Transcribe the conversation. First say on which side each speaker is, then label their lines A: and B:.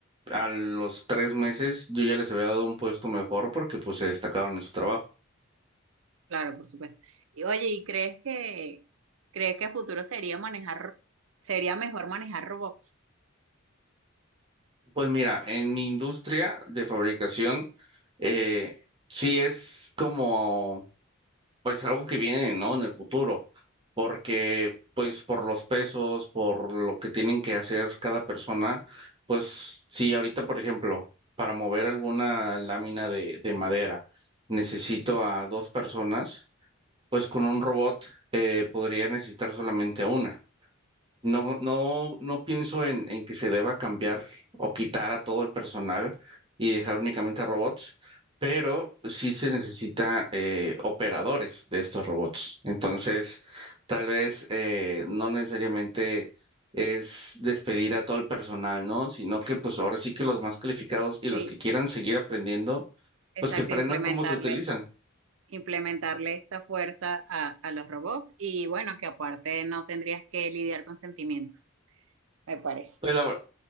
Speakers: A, on the right (about 25°); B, on the right (about 80°).
A: a los tres meses yo ya les había dado un puesto mejor porque pues se destacaron en su trabajo.
B: Claro, por supuesto. Y oye, ¿y crees que crees que a futuro sería manejar, sería mejor manejar robots?
A: Pues mira, en mi industria de fabricación, eh, sí es como, pues algo que viene, ¿no? En el futuro. porque pues por los pesos, por lo que tienen que hacer cada persona, pues si ahorita, por ejemplo, para mover alguna lámina de, de madera necesito a dos personas, pues con un robot eh, podría necesitar solamente una. No, no, no pienso en, en que se deba cambiar o quitar a todo el personal y dejar únicamente a robots, pero sí se necesita eh, operadores de estos robots. Entonces, tal vez eh, no necesariamente es despedir a todo el personal, ¿no? Sino que pues ahora sí que los más calificados y los
B: Sí,
A: que quieran seguir aprendiendo,
B: exacto,
A: pues que aprendan
B: implementarle
A: cómo se utilizan.
B: implementarle esta fuerza a, a los robots y bueno, que aparte no tendrías que lidiar con sentimientos, me parece.
A: Pues la, ver-